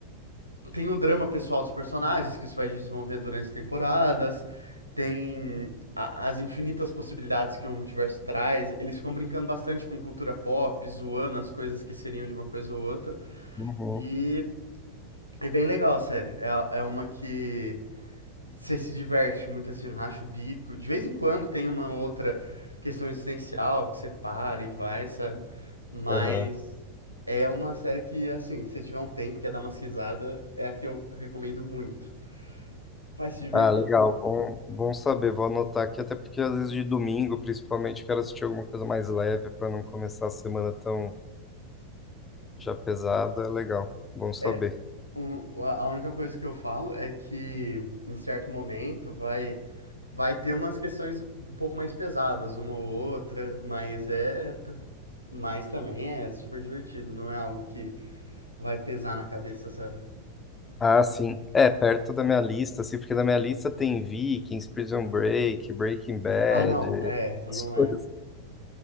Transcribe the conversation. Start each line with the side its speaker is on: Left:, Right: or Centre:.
Right: Tem o drama pessoal dos personagens, que isso vai desenvolvendo durante as temporadas. Tem a- as infinitas possibilidades que o multiverso traz. Eles ficam brincando bastante com cultura pop, zoando as coisas que seriam de uma coisa ou outra.
Left: Uhum,
Right: E é bem legal a série. É, a- é uma que você se diverte muito assim, racha o bico. De vez em quando tem uma outra questão existencial que você para e vai, sabe? Mas
Left: aham.
Right: é uma série que, assim, se você tiver um tempo, quer dar uma risada, é a que eu recomendo muito. Vai se divertir.
Left: Ah, legal. Bom, bom saber. Vou anotar aqui, até porque às vezes de domingo, principalmente, quero assistir alguma coisa mais leve para não começar a semana tão já pesada. É legal. Bom saber.
Right: É, um, a a única coisa que eu falo é que em certo momento vai vai ter umas questões um pouco mais pesadas, uma ou outra, mas é t- mas também é super divertido, não é algo que vai pesar na cabeça, sabe?
Left: Ah, sim. É, perto da minha lista, assim, porque na minha lista tem Vikings, Prison Break, Breaking Bad,
Right: Ah, não, é, não
Left: essas coisas.
Right: é,